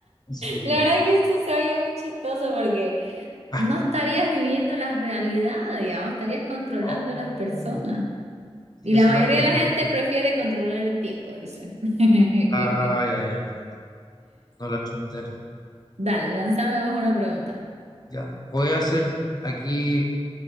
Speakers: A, on the left; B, on the right.
A: Eso sería.
B: La verdad que eso se oye muy chistoso porque
A: Ah,
B: no estarías viviendo la realidad, digamos, estarías controlando
A: oh,
B: a las personas.
A: sí,
B: Y
A: eso
B: la mayoría
A: también.
B: de la gente prefiere controlar el tiempo, dicen. <laughs>
A: Ah, ya, ya, no la apunté.
B: Dale, lánzame vos una pregunta.
A: Ya, voy a hacer aquí